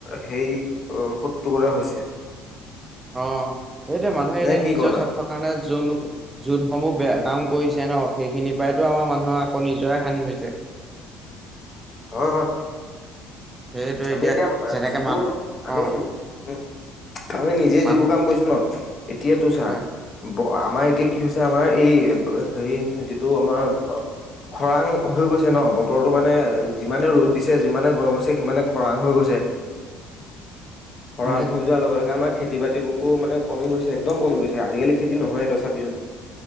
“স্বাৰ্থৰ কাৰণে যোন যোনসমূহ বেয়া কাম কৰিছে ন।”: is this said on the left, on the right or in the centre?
Right